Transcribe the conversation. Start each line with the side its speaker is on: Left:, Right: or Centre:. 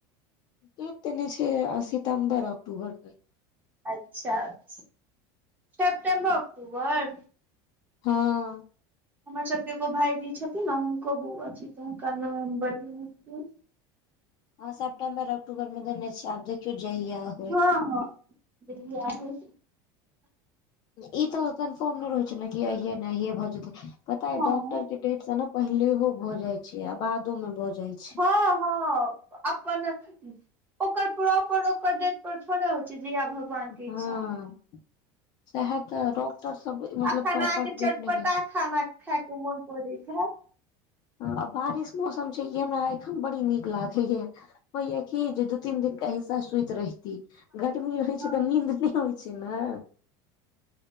Left: डेट देनै छै सितम्बर अक्टूबर तक।
Right: अच्छा। सेप्टेम्बर अक्टूबर।
Left: हँ।
Right: हमर सबके एगो भायजी छथिन ने हुनको बौआ छै तऽ हुनका नवम्बर में हेतै।
Left: हँ सेप्टम्बर अक्टूबर मे देने छै आब देखियो जहिया होय।
Right: हँँ-हॅं जहिया होय।
Left: ई तऽ कन्फर्म नहि रहै छै ने, कि अहिये ने अहिये भऽ जेतै पता
Right: हँ
Left: डॉक्टर के डेट से ने पहिलेहो भ जाय छै, आ बादो में भऽ जाय छै।
Right: हँ- हँ। अपन, ओकर प्रॉपर डेट ओकर डेट पर, थोड़े होइ छै जहिया भऽ गेल। भगवानके इच्छा
Left: हँ सएह तऽ डॉक्टर सब मतलब
Right: अखन,
Left: प्रॉपर
Right: अहाँके चटपटा
Left: डेट नहि दै
Right: खाना खा के मोन करेत हैत।
Left: आ बारिश मौसम छै, ई हमरा एखन बड़ी नीक लागैया। होया की, जे दू-तीन दिनके, हिसा सुईैत रहि। गरमी रहै
Right: हँ
Left: छै त, नीन्द नहि होइ छै ने।